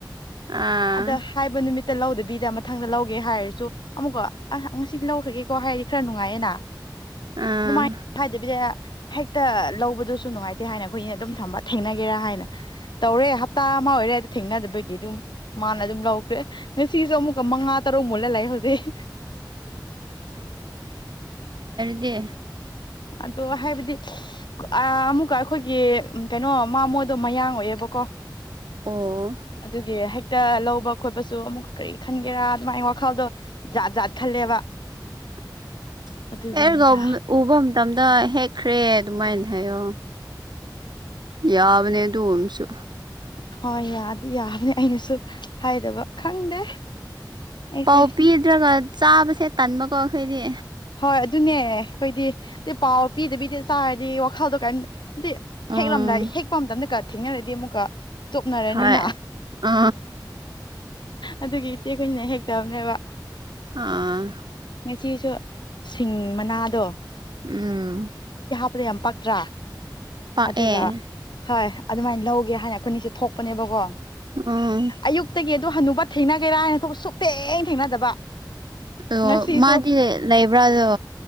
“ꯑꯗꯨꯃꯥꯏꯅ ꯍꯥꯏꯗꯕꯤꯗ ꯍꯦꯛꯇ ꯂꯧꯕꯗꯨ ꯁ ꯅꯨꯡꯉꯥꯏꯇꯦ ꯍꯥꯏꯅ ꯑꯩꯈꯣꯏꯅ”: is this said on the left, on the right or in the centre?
Left